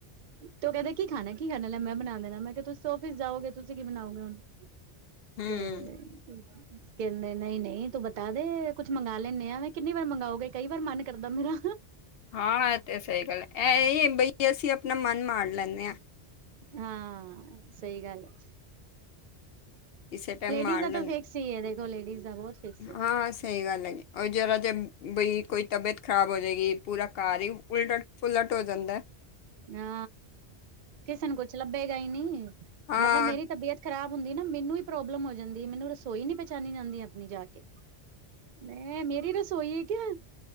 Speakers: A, on the right (about 60°); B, on the left (about 65°).
A: ਤੇ ਓ ਕਹਿੰਦੇ ਕੀ ਖਾਣਾ-ਕੀ ਖਾਣਾ ਲੈ ਮੈਂ ਬਣਾ ਦੇਣਾ। ਮੈਂ ਕਿਹਾ ਤੁਸੀ ਔਫੀਸ ਜਾਓਗੇ, ਤੁਸੀਂ ਕੀ ਬਣਾਓਗੇ ਹੁਣ।
B: ਹੂੰ
A: <unintelligible> ਕਹਿੰਦੇ, ਨਹੀਂ-ਨਹੀਂ ਤੂੰ ਬਤਾ ਦੋ ਕੁੱਛ ਮੰਗ ਲੈਂਦੇ ਆ। ਕਿੰਨੀ ਵਾਰ ਮੰਗਓਗੇ, ਕਈ ਵਾਰ ਮਨ ਕਰਦਾ ਮੇਰਾ
B: ਹਾਂ, ਤੇ ਸਹੀ ਗੱਲ ਐ। ਇਹ-ਇਹੀ ਬਈ ਅਸੀਂ ਆਪਣਾ ਮਨ ਮਾਾਰ ਲੈਂਦੇ ਆ।
A: ਆ। ਸਹੀ ਗੱਲ ਐ।
B: ਕਿਸੇ ਟਾਈਮ
A: ਲੇਡੀਜ਼
B: ਮਾਰ
A: ਦਾ
B: ਲੈਂਦੇ
A: ਤਾਂ ਫਿਕਸ ਹੀ ਐ। ਦੇਖੋ ਲੇਡੀਜ਼ ਦਾ ਬਹੁਤ ਫਿਕਸ ਐ।
B: ਹਾਂ ਸਹੀ ਗੱਲ ਐ। ਆ ਜੇਰ ਜਿਹਰਾ ਜੇ ਬਈ ਕੋਈ ਤਬੀਅਤ ਖ਼ਰਾਬ ਹੋ ਜਾਵੇਗੀ ਪੂਰਾ ਘਰ ਈ। ਉਲਟ-ਪੁਲਟ ਹੋ ਜਾਂਦਾ ਐ।
A: ਆ। ਕਿਸੇ ਨੂੰ ਕੁਛ ਲੱਭੇਗਾ ਈ ਨਹੀਂ,
B: ਹਾਂ
A: ਮਤਲਬ ਮੇਰੀ ਤਬੀਅਤ ਖ਼ਰਾਬ ਹੁੰਦੀ ਨਾ। ਮੈਨੂੰ ਹੀ ਪ੍ਰੋਬਲਮ ਹੋ ਜਾਂਦੀ ਐ। ਮੈਨੂੰ ਰਸੋਈ ਨੀ ਪਹਿਚਾਨੀ ਜਾਂਦੀ ਆਪਣੀ ਜਾ ਕੇ। ਨਹੀਂ, ਮੇਰੀ ਰਸੋਈ ਏ ਕਿਆ।